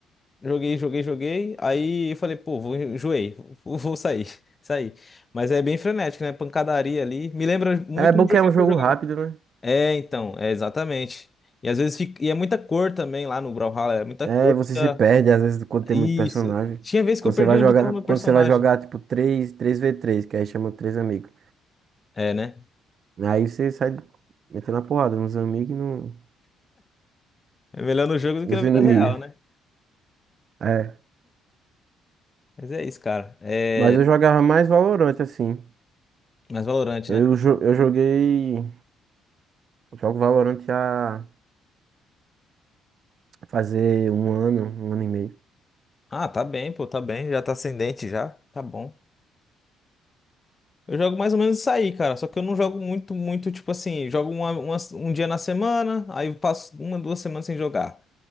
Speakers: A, on the left (about 25°); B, on the right (about 45°).
A: Joguei, joguei, joguei. Aí eu falei, pô, vou, enjoei, vou, vou sair, <laughs> sair. Mas é bem frenético, né? Pancadaria ali. Me lembra muito
B: É bom
A: um joguinho
B: que é um jogo
A: que eu jogava.
B: rápido, né?
A: É, então, é exatamente. E às vezes fica, e é muita cor também lá no Brawlhalla, é muita
B: É,
A: cor,
B: e você
A: muita.
B: se perde, às vezes, quando tem
A: Isso.
B: muito personagem.
A: Tinha vez
B: Quando
A: que eu perdi
B: você vai
A: onde
B: jogar,
A: estava meu
B: quando
A: personagem.
B: você vai jogar, tipo, três, três v 3, que aí chama três amigos.
A: É, né?
B: Aí você sai metendo a porrada nos amigos e no,
A: É melhor no jogo do
B: nos
A: que na vida
B: inimigos.
A: real, né?
B: É.
A: Mas é isso, cara. É
B: Mas eu jogava mais Valorant, assim.
A: mais valorante,
B: Eu,
A: né?
B: jo- eu joguei. Jogo Valorant há fazer um ano, um ano e meio.
A: Ah, tá bem, pô, tá bem. Já tá ascendente já. Tá bom. Eu jogo mais ou menos isso aí, cara. Só que eu não jogo muito, muito, tipo assim, jogo uma- uma- um dia na semana, aí eu passo uma, duas semanas sem jogar.